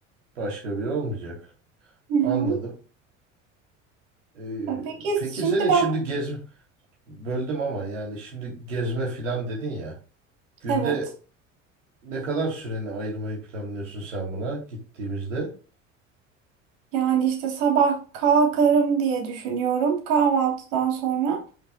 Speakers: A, on the right (about 70°); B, on the right (about 55°).
A: Başka biri olmayacak.
B: Hı hı.
A: Anladım. E,
B: E, Peki
A: peki
B: şimdi
A: senin şimdi
B: ben
A: gezme Böldüm ama yani şimdi gezme filan dedin ya. Günde
B: evet
A: ne kadar süreni ayırmayı planlıyorsun sen buna gittiğimizde?
B: yani işte sabah kalkarım diye düşünüyorum kahvaltıdan sonra.